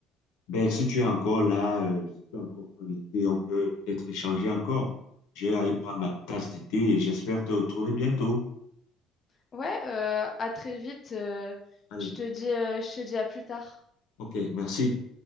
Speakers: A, on the left; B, on the left.
A: Ben,
B: Mm.
A: si tu es encore là, euh, si tu es encore connecté, on peut peut-être échanger encore. Je vais aller prendre ma tasse d'été. et j'espère te retrouver bientôt.
B: Ouais, euh, à très vite. euh,
A: Allez,
B: je te dis, euh, je te dis à plus tard.
A: ok, merci.